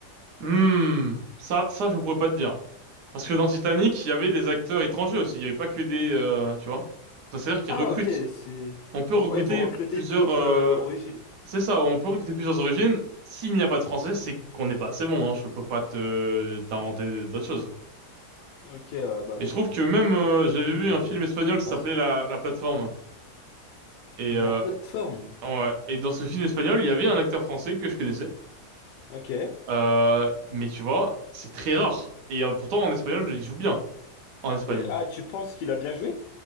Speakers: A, on the right (about 80°); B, on the left (about 85°).
A: Hmm, ça, ça, je pourrais pas te dire. Parce que dans Titanic, il y avait des acteurs étrangers aussi. Il y avait pas que des, euh, tu vois. Ça, c'est-à-dire qu'ils
B: Ah
A: recrutent.
B: ok, c'est
A: On peut recruter
B: ouais ils vont recruter
A: plusieurs.
B: d'autres
A: euh,
B: euh, origines.
A: C'est ça, on peut recruter plusieurs origines. S'il n'y a pas de français, c'est qu'on n'est pas assez bon. Hein. Je peux pas te t'inventer d'autres choses.
B: Ok, euh, bah
A: Et
B: c'est
A: je trouve que
B: tout
A: même, euh, j'avais vu
B: à fait
A: un
B: le
A: film espagnol
B: principe.
A: qui s'appelait La, La Plateforme. Et
B: La
A: euh,
B: plateforme.
A: ouais. Et dans ce film espagnol, il y avait un acteur français que je connaissais.
B: Ok.
A: Euh, mais tu vois, c'est très rare. Et euh, pourtant, en espagnol, il joue bien en Espagne.
B: Et, ah, tu penses qu'il a bien joué?